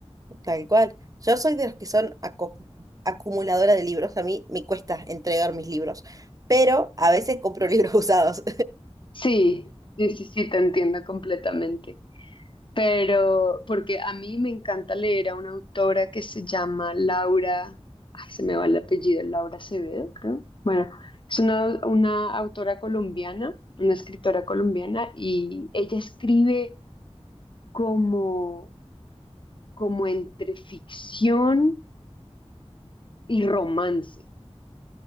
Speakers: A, on the right (about 35°); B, on the left (about 50°).
A: Tal cual. Yo soy de los que son aco- acumuladora de libros. A mí me cuesta entregar mis libros, pero a veces compro libros <laughs> usados.
B: Sí, sí, sí, sí, te entiendo completamente. pero porque a mí me encanta leer a una autora que se llama Laura, ay, se me va el apellido, Laura Acevedo, creo. Bueno, es una, una autora colombiana, una escritora colombiana, y ella escribe como, como entre ficción y romance.